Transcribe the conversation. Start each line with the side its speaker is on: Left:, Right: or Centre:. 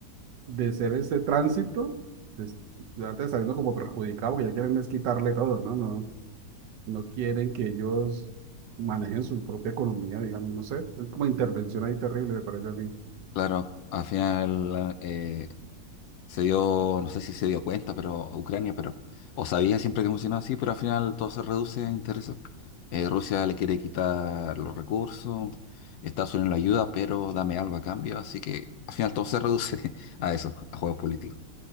Right: de ser ese tránsito, pues, verte saliendo como perjudicado, porque ya quieren es quitarle todo, ¿no? No, no quieren que ellos manejen su propia economía, digamos, no sé. Es como intervención ahí terrible, me parece a mí.
Left: claro, al final eh, se dio, no sé si se dio cuenta, pero Ucrania, pero, o sabía siempre que funcionaba así, pero al final todo se reduce a intereses. Eh, Rusia le quiere quitar los recursos, Estados Unidos lo ayuda, pero dame algo a cambio, así que al final todo se reduce <laughs> a eso, a juegos políticos.